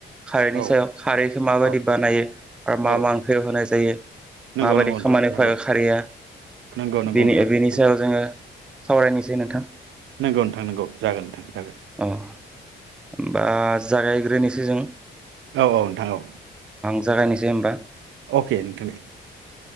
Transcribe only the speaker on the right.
औ
औ
औ
नंगौ
नंगौ नोंथां
नंगौ
नंगौ नंगौ
नोंथां
नंगौ
नंगौ नोंथां नंगौ जगोन नोंथां। जागोन
औ-औ नोंथां औ
अके नोंथां दे